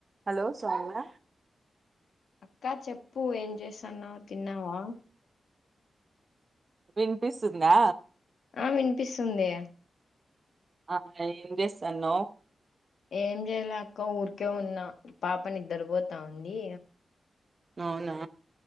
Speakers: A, on the right; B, on the left.
A: Hello Soumya
B: అక్కా చెప్పు ఏం చేస్తున్నావు తిన్నావా
A: వినిపిస్తుందా
B: ఆ వినిపిస్తుంది
A: ఆ ఏం చేస్తున్నావు
B: ఏం చేయలే అక్క ఊరికే ఉన్నా పాప నిద్దర పోతా ఉంది
A: అవునా